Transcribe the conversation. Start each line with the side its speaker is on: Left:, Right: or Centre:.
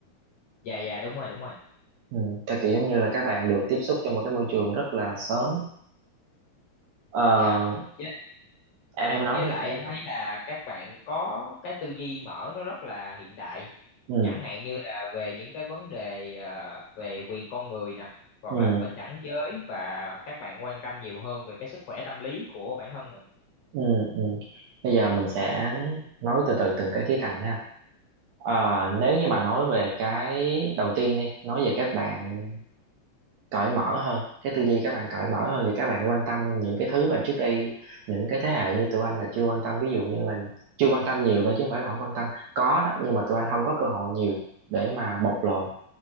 Left: dạ dạ, đúng rồi đúng rồi
Right: ừ. tại kiểu giống như là các bạn được tiếp xúc trong một cái môi trường rất là sớm Ờ,
Left: dạ với,
Right: em em nói
Left: với
Right: đi
Left: lại
Right: em
Left: em thấy là các bạn có cái tư duy mở nó rất là hiện đại
Right: ừ
Left: chẳng hạn như là về những cái vấn đề ờ, về quyền con người nè hoặc
Right: ừ
Left: là bình đẳng giới và các bạn quan tâm nhiều hơn về cái sức khỏe tâm lý của bản thân mình
Right: Ừ, ừ. Bây giờ mình sẽ nói từ từ từng cái khía cạnh nha. Ờ, nếu như mà nói về cái đầu tiên đi, nói về các bạn cởi mở hơn cái tư duy các bạn cởi mở hơn và các bạn quan tâm những cái thứ mà trước đây những cái thế hệ như tụi anh là chưa quan tâm ví dụ như là chưa quan tâm nhiều thôi chứ không phải là không quan tâm có đó nhưng mà tụi anh không có cơ hội nhiều để mà bộc lộ